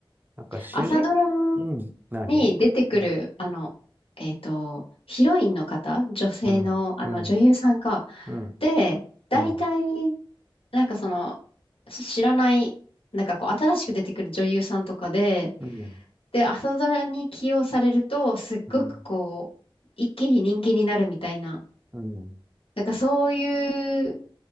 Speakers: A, on the right (about 20°); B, on the left (about 85°).
A: なんか主人、
B: 朝ドラ
A: うん、何うん、
B: に出てくる、あの、えっと、ヒロインの方、女性の、
A: うん、
B: あの、
A: うん、
B: 女優さんか。
A: うん、
B: で、大体、
A: うん、
B: なんかその、し知らない、なんかこう、新しく出てくる女優さんとかで、
A: うん、
B: で、朝ドラに起用されると、すっごくこう、
A: うん、
B: 一気に人気になるみたいな、
A: うん、
B: なんかそういう